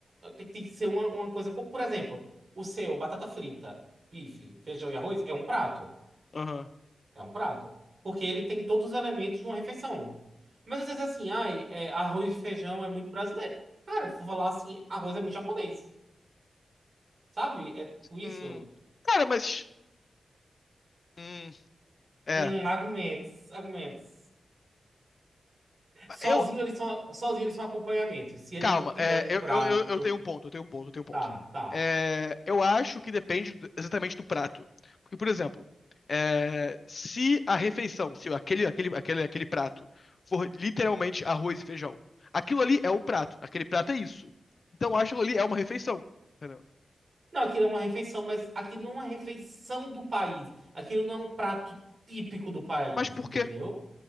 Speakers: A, on the right; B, on the left.
A: um- tem, tem que ser uma, uma coisa. co- Por exemplo, o seu, batata frita, bife, feijão e arroz, é um prato.
B: aham.
A: É um prato. Porque ele tem todos os elementos de uma refeição. Mas às vezes assim, ai, é, arroz e feijão é muito brasileiro. Cara, se for falar assim, arroz é muito japonês. Sabe? É tudo isso.
B: Hum, cara, mas. Hum, é.
A: Hum, argumentos, argumentos. Sozinho
B: Eu,
A: eles são, sozinho eles são acompanhamento. Se ele
B: Calma,
A: não tiver
B: é,
A: um prato.
B: eu, eu, eu eu tenho um ponto, eu tenho um ponto, eu tenho um ponto.
A: Tá, tá.
B: É, eu acho que depende do- exatamente do prato. Porque, por exemplo, é, se a refeição, se aquele, aquele, aquele, aquele prato for literalmente arroz e feijão, aquilo ali é o prato, aquele prato é isso. Então, eu acho que aquilo ali é uma refeição, entendeu?
A: Não, aquilo é uma refeição, mas aquilo não é uma refeição do país. Aquilo não é um prato típico do país,
B: Mas por
A: entendeu?
B: quê?